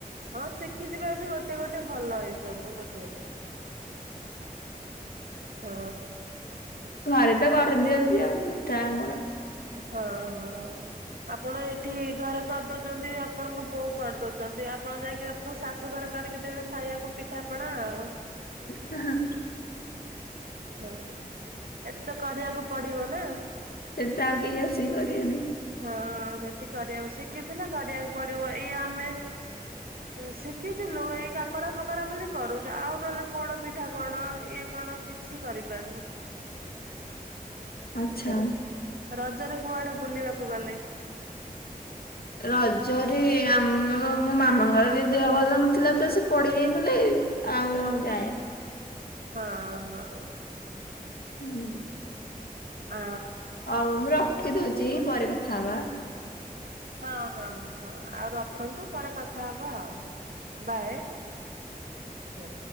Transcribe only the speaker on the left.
ଘରେ ତ କରିଦିଅନ୍ତି ଆଉ ପିଟା ଆମର
ହ
ସେମିତି ଆଉ କେହି ରସେଇ କରିବେନି
ଆଚ୍ଛା।
ରଜରୀ ଆମର ମୋ ମାମାଙ୍କର ଯ ଦେହ ଭଲ ନଥିଲା ତ ସେ ପଡିି ଯାଇଥିଲେ ଆଉ ଯାଏ
ହୁଁ
ହଉ ମୁଁ ରଖିଦଉଛି ପରେ କଥା ହବା